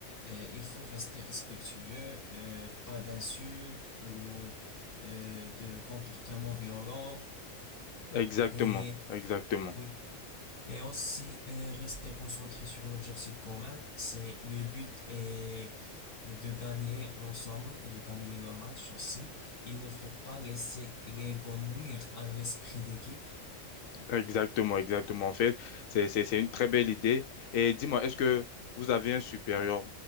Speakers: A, on the left; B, on the left.
A: Euh, il faut rester respectueux, euh, pas d'insultes ou euh, de comportements violents.
B: Exactement,
A: Et
B: exactement.
A: oui. Et aussi, euh, rester concentré sur l'objectif commun. C'est le but est de gagner ensemble et de gagner le match aussi. Il ne faut pas laisser l'égonouir à l'esprit d'équipe.
B: Exactement, exactement. En fait, c'est, c'est, c'est une très belle idée. Et dis-moi, est-ce que vous avez un supérieur